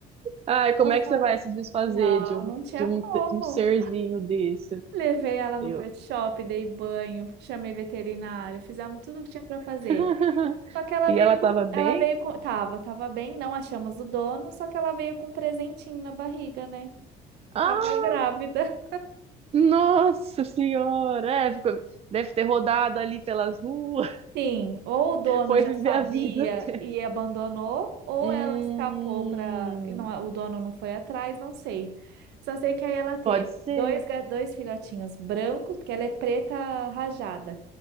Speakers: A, on the right (about 35°); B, on the right (about 80°).
A: Ai, como
B: Eu
A: é
B: falei,
A: que você vai se desfazer
B: não,
A: de um,
B: não tinha
A: de um,
B: como.
A: um serzinho desse?
B: Levei ela no
A: Eu.
B: pet shop, dei banho, chamei veterinário, fizemos tudo o que tinha pra fazer.
A: <laughs>
B: Só que ela
A: E
B: veio
A: ela
B: com,
A: tava bem?
B: ela veio com, tava, tava bem, não achamos o dono, só que ela veio com um presentinho na barriga, né?
A: Ah,
B: Tava grávida.
A: Nossa senhora, é, ficou- deve ter rodado ali pelas ruas, <laughs>
B: Sim, ou o dono
A: foi
B: já
A: viver
B: sabia
A: a vida dela.
B: e abandonou, ou
A: Hum,
B: ela escapou para e não, o dono não foi atrás, não sei. Só sei que aí ela teve
A: pode ser.
B: dois, ga- dois filhotinhos brancos, porque ela é preta rajada.